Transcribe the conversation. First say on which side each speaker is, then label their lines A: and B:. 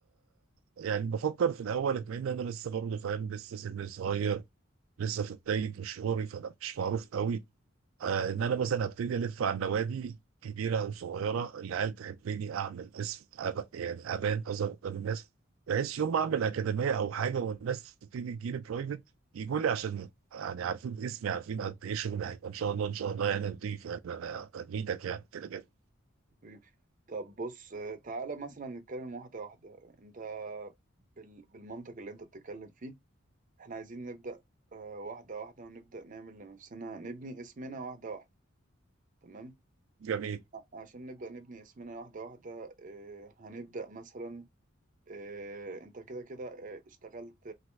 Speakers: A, on the right; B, on the right.
A: يعني بفكر في الاول اكمن انا لسه برضه فاهم لسه سن صغير لسه في بدايه مشواري فانا مش معروف قوي آه ان انا مثلا ابتدي الف على النوادي كبيره او صغيره العيال تحبني اعمل اسم أب... يعني ابان اظهر قدام الناس بحيث يوم ما اعمل اكاديميه او حاجه والناس تبتدي تجيلي برايفت يجوا لي عشان يعني عارفين اسمي عارفين قد ايه شغل هيبقى ان شاء الله ان شاء الله يعني نضيف يعني انا تنميتك يعني كده كده
B: حبيبي. طب بص آه، تعالى مثلا نتكلم واحدة واحدة انت بال... بالمنطق اللي انت بتتكلم فيه احنا عايزين نبدأ آه، واحدة واحدة ونبدأ نعمل لنفسنا نبني اسمنا واحدة واحدة تمام
A: جميل
B: عشان نبدأ نبني اسمنا واحدة واحدة آه، هنبدأ مثلا آه، انت كده كده آه، اشتغلت